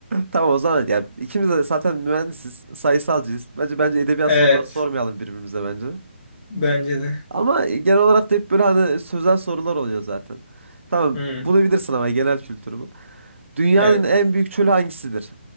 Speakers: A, on the right (about 80°); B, on the left (about 25°).
A: Tamam o zaman ya ikimiz de zaten mühendisiz, sayısalcıyız. Bence bence edebiyat
B: Evet.
A: soruları sormayalım birbirimize bence.
B: Bence de.
A: Ama genel olarak da hep böyle hani sözel sorular oluyor zaten. Tamam
B: Hı,
A: bunu bilirsin ama genel kültürü bu. Dünyanın
B: evet.
A: en büyük çölü hangisidir?